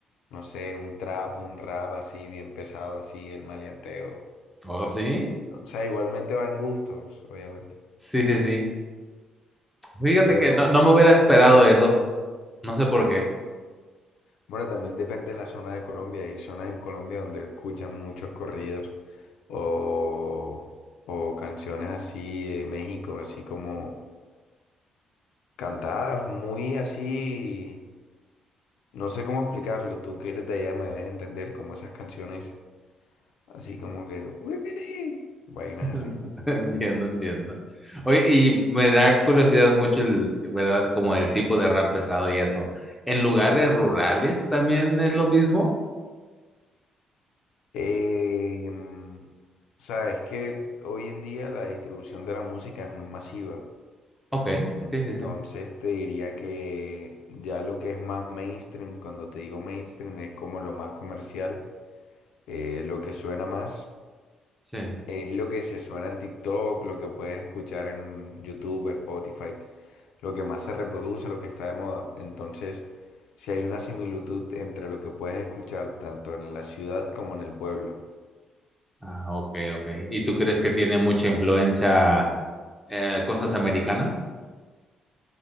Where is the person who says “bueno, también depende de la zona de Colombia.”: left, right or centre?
Left